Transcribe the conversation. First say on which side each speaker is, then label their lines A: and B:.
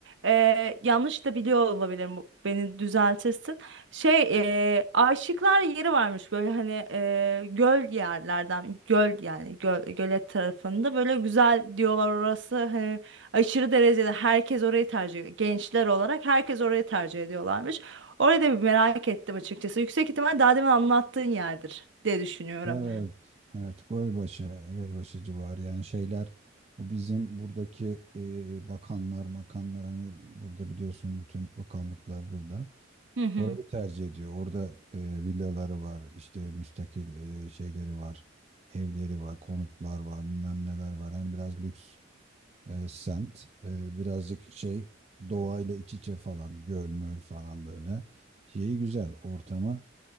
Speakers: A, on the right; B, on the right.
A: e, yanlış da biliyor olabilirim. Bu- Beni düzeltirsin. Şey e, aşıklar yeri varmış böyle hani e, göl yerlerden göl yani göl, gölet tarafında böyle güzel diyorlar orası hani aşırı derecede herkes orayı tercih ediyor. Gençler olarak herkes orayı tercih ediyorlarmış. Orayı da bir merak ettim açıkçası. Yüksek ihtimal daha demin anlattığın yerdir diye düşünüyorum.
B: evet, evet. Gölbaşı, Gölbaşı civarı yani şeyler bu bizim buradaki e, bakanlar, makanlar hani burada biliyorsun bütün bakanlıklar burada.
A: Hı hı.
B: Orayı tercih ediyor. Orada e, villaları var, işte müstakil e, şeyleri var, evleri var, konutlar var, bilmem neler var. Yani biraz lüks e, semt, E, birazcık şey doğayla iç içe falan, göl möl falan böyle. Şeyi güzel, ortamı